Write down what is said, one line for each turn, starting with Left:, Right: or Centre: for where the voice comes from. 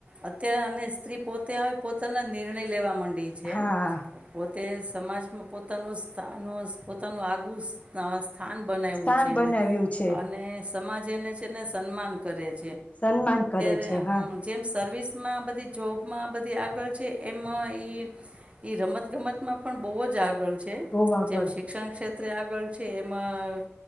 Right: અત્યારે અને સ્ત્રી પોતે હવે પોતાના નિર્ણય લેવા મંડી. લે છે.
Left: હા
Right: પો તે સમાજમાં પોતાનું સ્થાનહોય પોતાનું આગવુ સ્થા સ્થાન બનાવ્યું
Left: સ્થાન
Right: છે
Left: બનાવ્યું
Right: એને
Left: છે
Right: અને સમાજ એને છે ને સન્માન કરે છે.
Left: સન્માન કરે છે.
Right: <unintelligible>
Left: હા
Right: જેમ સર્વિસ માં બધી જોબ માં બધી આગળ છે એમ ઈ-ઈ રમત ગમત માં પણ બહુ જ આગ ળ છે
Left: બહુ આગળ
Right: જેમ શિક્ષણ ક્ષેત ત્રે આગળ છે, એમાં